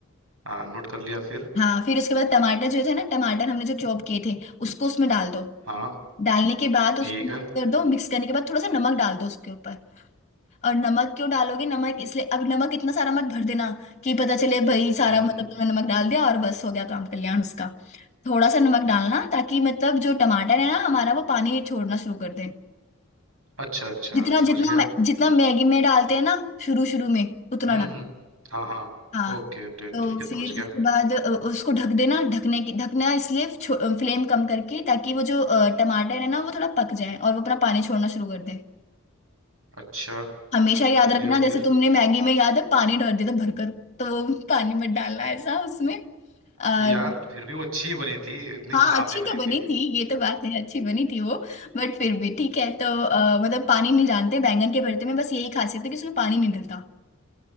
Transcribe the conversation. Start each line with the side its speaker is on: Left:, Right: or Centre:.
Right: हाँ नोट कर लिया फिर
Left: हाँ फिर उसके बाद टमाटर जो थे ना टमाटर हमने जो चॉप किए थे उसको उसमें डाल दो
Right: हाँ
Left: डालने के बाद उसको
Right: ठीक
Left: मिक्स
Right: है
Left: कर दो मिक्स करने के बाद थोड़ा सा नमक डाल दो उसके ऊपर और नमक क्यों डालोगे नमक इसलिए अब नमक इतना सारा मत भर देना कि पता चले भाई सारा
Right: हम्म
Left: मतलब
Right: हम्म,
Left: तुमने नमक डाल दिया और बस हो गया काम कल्याण उसका थोड़ा सा नमक डालना ताकि मतलब जो टमाटर है ना हमारा वो पानी छोड़ना शुरू कर दे
Right: अच्छा अच्छा
Left: जितना
Right: समझ
Left: जितना
Right: गया
Left: मै- जितना मैगी में डालते हैं ना शुरू शुरू में उतना
Right: हम्म
Left: डाल
Right: हम्म हाँ हाँ
Left: हाँ
Right: ओके तो
Left: तो
Right: ठीक है
Left: फिर
Right: समझ गया
Left: उसके बाद अ, उसको ढक देना ढकने की ढकना इसलिए फ्लेम कम करके ताकि वो जो अ, टमाटर है ना वो थोड़ा पक जाए और वो अपना पानी छोड़ना शुरू कर दे
Right: अच्छा
Left: हमेशा
Right: समझ
Left: याद रखना
Right: गया
Left: जैसे
Right: फिर
Left: तुमने मैगी में याद है पानी डाल दिया था भरकर तो वो <laughs> पानी मत डालना ऐसा उसमें और
Right: यार फिर भी वो अच्छी ही बनी थी इतनी
Left: हाँ
Right: खराब
Left: अच्छी
Right: नहीं बनी
Left: तो बनी
Right: थी
Left: थी ये तो बात है अच्छी बनी थी वो बट फिर भी ठीक है तो अ, मतलब पानी नहीं जानते बैंगन के भरते में बस यही खासियत है कि उसमें पानी नहीं डलता